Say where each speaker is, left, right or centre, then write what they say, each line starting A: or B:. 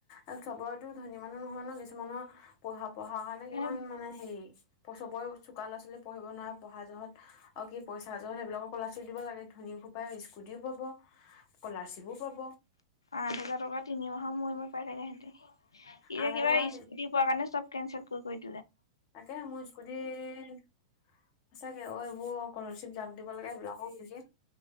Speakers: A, on the left (about 45°); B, on the left (about 80°).
A: আৰু সবৰেটো ধনী মানুহ নহয় ন, কিছুমানৰ পঢ়া পঢ়া কাৰণে কিমান
B: এ
A: মানে হেৰি চবৰে চোকা ল'ৰা- ছোৱালী পঢ়িব নোৱাৰে। পঢ়া যহত আৰু কি পইচা জহত সেইবিলাকক কলাশ্বিপ দিব লাগে। ধনী উপায় স্কুটিও পাব, স্কলাৰশ্বিপো পাব।
B: আঠ হাজাৰ টকা তিনি মাহৰ মূৰে মূৰে পাই থাকে সিহঁতি, এতিয়া
A: আঠ হাজাৰ
B: কিবা স্কুটি পোৱা কাৰণে চব কেন ঞ্চতকৈ
A: তাকে মোৰ স্কুটি সচাকে অবোৰ ক তুমি জান দিব লগাগা সেইবিলাকো নিকি